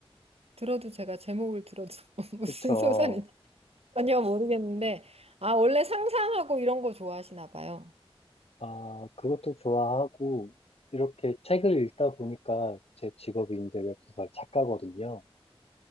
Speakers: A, on the right; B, on the left.
A: 들어도 제가 제목을 들어도 <laughs> 무슨
B: 그쵸.
A: 소설인지 전혀 모르겠는데 아, 원래 상상하고 이런 거 좋아하시나 봐요.
B: 아, 그것도 좋아하고, 이렇게 책을 읽다 보니까 제 직업이 이제 웹소설 작가거든요.